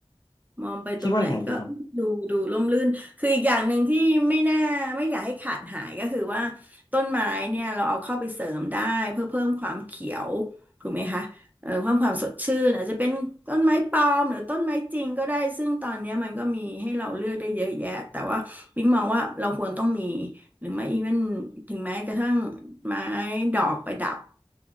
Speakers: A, on the right (about 15°); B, on the left (about 40°).
A: มองไปตรงไหนก็ดูดูร่มรื่นคืออีกอย่างหนึ่งที่ไม่น่าไม่อยากให้ขาดหายก็คือว่า
B: ๆคิดว่ายังไงดีครับ
A: ต้นไม้เนี่ยเราเอาเข้าไปเสริมได้เพื่อเพิ่มความเขียวถูกไหมคะเอ่อความความสดชื่นอาจจะเป็นต้นไม้ปลอมหรือต้นไม้จริงก็ได้ซึ่งตอนเนี้ยมันก็มีให้เราเลือกได้เยอะแยะแต่ว่าปิ๊งมองว่าเราควรต้องมีหรือไม่อีเวนถึงแม้กระทั่งไม้ดอกประดับ